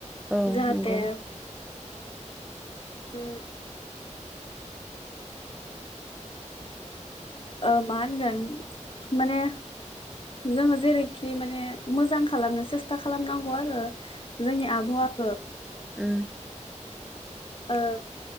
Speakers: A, in the centre; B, on the left.
A: औ
B: जाहाथे
A: नंगौ
B: उ ओ मा होनगोन माने जोङो जेरैखि माने मोजां खालामनो सेस्था खालामनांगौ आरो जोंनि आबहावखौ
A: उ
B: ओ